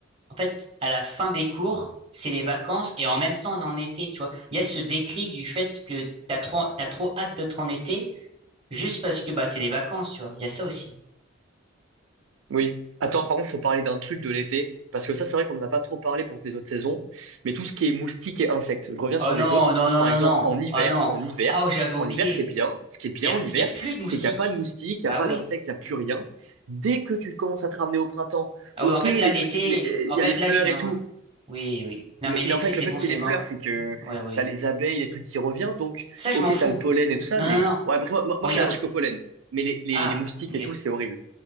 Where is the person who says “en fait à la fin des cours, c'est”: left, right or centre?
Right